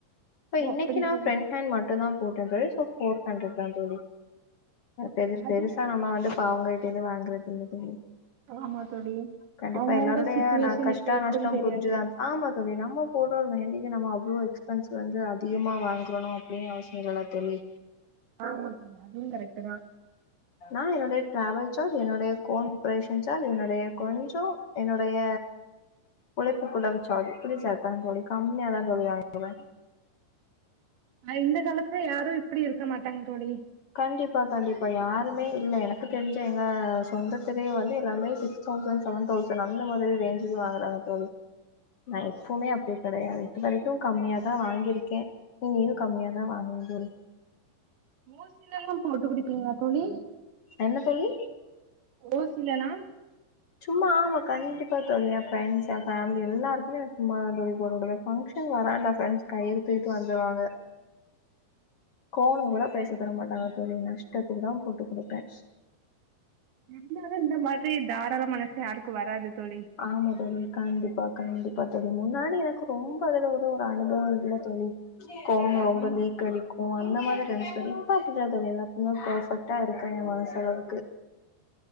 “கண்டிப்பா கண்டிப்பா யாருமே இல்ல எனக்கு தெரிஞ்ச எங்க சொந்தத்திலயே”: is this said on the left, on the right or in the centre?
Left